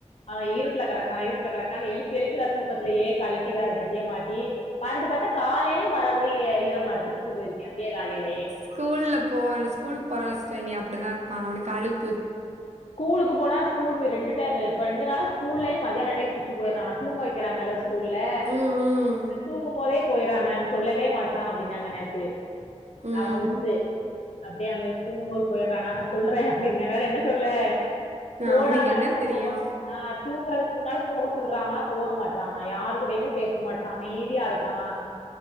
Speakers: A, on the left; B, on the right.
A: அவ ஈரத்துல கெடக்கா ஈரத்துல கெடக்கான்னு எழுப்பி எழுப்பி <unintelligible> தூக்கத்திலயே கழட்டி வேற ஜட்டிய மாட்டி மறுடி பாத்தா காலைலயு மறுபடியு ஈர மறுக்கா சுச்சு போயிருக்கா விடிய காலைலயே
B: ஸ்கூல்ல போவா ஸ்கூலுக்கு போறான்ல சிஸ்டர் இனி அப்டிதா இருப்பா அவுனுக்கு அலுப்பு
A: ஸ்கூலுக்கு போனா ஸ்கூல் மி ரெண்டு டை இப்ப ரெண்டு நாளா ஸ்கூல்லயு மதியான டைம் சுச்சு போய்றானா தூங்க வெக்கிறாங்கல்ல ஸ்கூல்ல
B: ம் ம்
A: அ தூங்கு போதே போய்றா மேம் சொல்லவே மாட்றா அப்டின்னாங்க நேத்து
B: ம்
A: அவுங்க மிஸ்ஸு அப்டியா மிஸ் தூங்குமோது போய்றானா நா சொல்றே அப்டின்னே வேற என்ன சொல்லே போடான்னா
B: அவனுக்கு என்ன
A: கூட
B: தெரியும்
A: போ ஆ தூங்கறதுக்கு முன்னால போக சொல்றாங்களா போக மாட்றானா யார் கூடயுமே பேச மாட்றா அமைதியா இருக் கா